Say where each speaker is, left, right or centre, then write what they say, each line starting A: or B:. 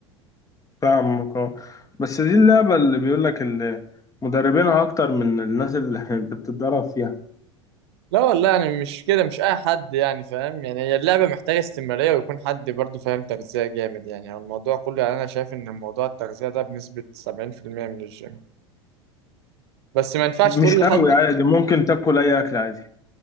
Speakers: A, on the left; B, on the right.
A: فاهمك اه بس دي اللعبة اللي بيقول لك ال- مدربينها أكتر من الناس اللي <laughs> أنت بتتدرب فيها
B: لا والله يعني مش كده مش اي حد يعني فاهم يعني هي اللعبه محتاجه استمراريه ويكون حد برضه فاهم تغذيه جامد يعني هو الموضوع كله يعني انا شايف ان الموضوع التغذيه ده بنسبه 70% من الجيم بس ما ينفعش
A: مش
B: تقول
A: قوي
B: لحد
A: عادي ممكن تاكل أي أكل عادي